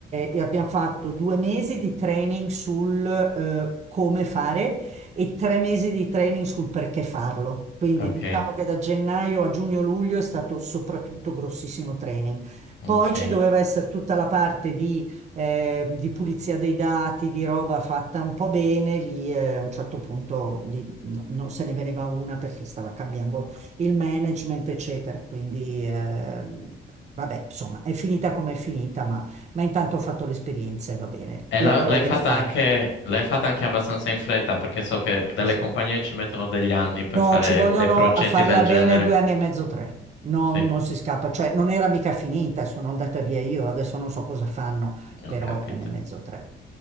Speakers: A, on the right; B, on the left.
A: eh, abbiamo fatto due mesi di training sul eh, come fare e tre mesi di training sul perché farlo. Quindi
B: ok,
A: diciamo che da gennaio a giugno-luglio è stato soprattutto grossissimo training.
B: ok.
A: Poi ci doveva essere tutta la parte di, eh, di pulizia dei dati, di roba fatta un po' bene, lì eh, a un certo punto lì, no- non se ne veniva una perché stava cambiando il management, eccetera. Quindi ehm, vabbè, insomma, è finita come è finita, ma, ma intanto ho fatto l'esperienza e va bene,
B: E
A: la
B: la-
A: vorrei
B: l'hai fatta
A: rifare.
B: anche, l'hai fatta anche abbastanza in fretta perché so che delle
A: Sì.
B: compagnie
A: sì.
B: ci mettono degli anni per
A: No,
B: fare
A: ci vogliono
B: dei progetti
A: a farla
B: del genere.
A: bene due anni e mezzo, tre. No,
B: Sì,
A: non si scappa, cioè non era mica finita, sono andata via io, adesso non so cosa fanno,
B: ho
A: però
B: capito.
A: due anni e mezzo, tre.